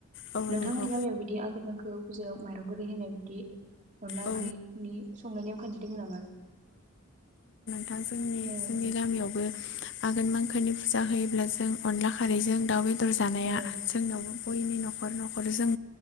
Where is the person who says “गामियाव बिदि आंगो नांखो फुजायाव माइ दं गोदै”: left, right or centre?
Right